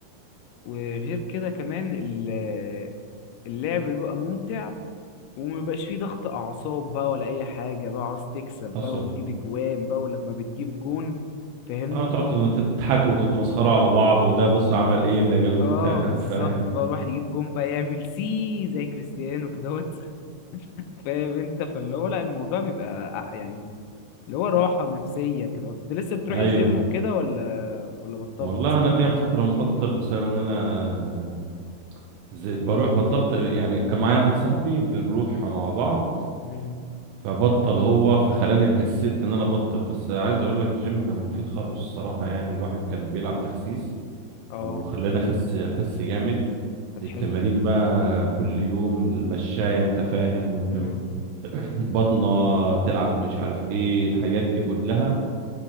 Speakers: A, on the left; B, on the right.
A: وغير كده كمان ال- اللعب بيبقى ممتع ومبيبقاش فيه ضغط أعصاب بقى ولا أي حاجة بقى عاوز تكسب بقى
B: حصل
A: وتجيب أجوان بقى ولما بتجيب جون فاهمني
B: اه تقعدوا
A: بتبقى
B: تضحكوا وتتمسخروا على بعض وده بص عمل ايه ده جاله
A: اه
B: بتاع <laughs>
A: بالظبط
B: فاهم
A: بقى الواحد يجيب جون بقى يعمل سي زي كريستيانو كدهوت <laughs> فاهم انت فاللي هو لا الموضوع بيبقى أ- يعني اللي هو راحة نفسية كده انت لسه بتروح
B: ايوه
A: الجيم وكده ولا ولا بطلت؟
B: والله انا ليا فتره مبطل بسبب ان انا زي بروح بطلت يعني كان معايا واحد صاحبي بنروح مع بعض
A: مم.
B: فبطل هو فخلاني كسلت ان انا ابطل بس عايز اقول لك الجيم كان مفيد خالص الصراحه يعني الواحد كان بيلعب تخسيس
A: اه
B: وخلاني اخس اخس جامد
A: طب
B: التمارين
A: حلو
B: بقى كل يوم المشاية انت فاهم
A: مم.
B: والبطنة <laughs> تلعب مش عارف ايه الحاجات دي كلها